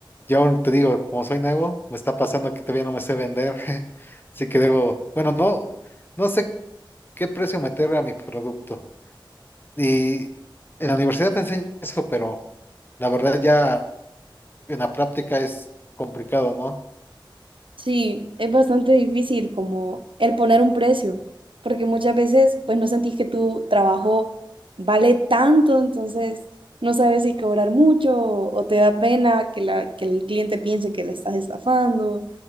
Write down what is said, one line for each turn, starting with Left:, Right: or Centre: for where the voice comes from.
Left: yo aún te digo, como soy nuevo, me está pasando que todavía no me sé vender, <laughs> así que debo, bueno, no, no sé qué precio meterle a mi producto. Y en la universidad te enseñan eso, pero la verdad ya en la práctica es complicado, ¿no?
Right: Sí, es bastante difícil como el poner un precio, porque muchas veces pues no sentís que tu trabajo vale tanto, entonces no sabes si cobrar mucho o, o te da pena que, la, que el cliente piense que le estás estafando.